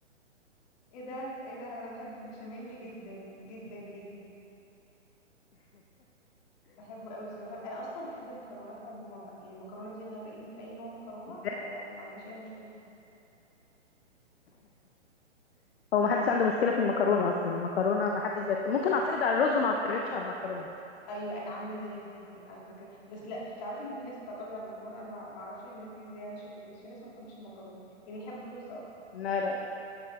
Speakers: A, on the left; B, on the left.
A: ايه ده ايه ده انا بحب البشاميل جدا جدا جدا بحبه قوي بصراحه بحب انا اصلا بحب المكرونات عموما بقى يعني المكرونه دي غرقيني في اي نوع مكرونه
B: بجد.
A: آه ما عنديش اي مشكله فيه
B: هو ما حدش عنده مشكله في المكرونه اصلا المكرونه ما حدش بيت... ممكن اعترض على الرز وما اعترضش على المكرونه
A: ايوه انا عامله زيك جدا على فكره بس لا في تعرفي ان في ناس بتعترض على المكرونه انا ما ما اعرفش الناس دي ازاي عايشه كده بس في ناس ما بتحبش المكرونه يعني يحب الرز اكتر
B: لا لا